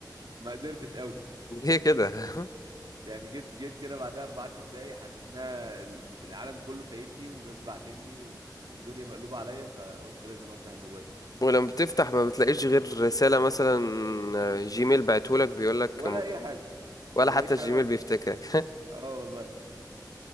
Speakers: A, on the right; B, on the left.
A: ما قدرتش قوي
B: ليه كده <laughs>
A: <laughs> يعني جيت جيت كده بعدها بعشر دقايق حسيت ان أنا العالم كله فايتني وناس بعتنلي و... والدنيا مقلوبة عليا فقلت لازم افتح الموبايل
B: ولما بتفتح ما بتلاقيش غير رسالة مثلا جيميل بعتهولك بيقولك
A: ولا
B: مبروك
A: اي حاجه
B: ولا
A: ما بلاقيش
B: حتى الجيميل
A: حاجه اصلا
B: بيفتكرك <laughs>
A: اه والله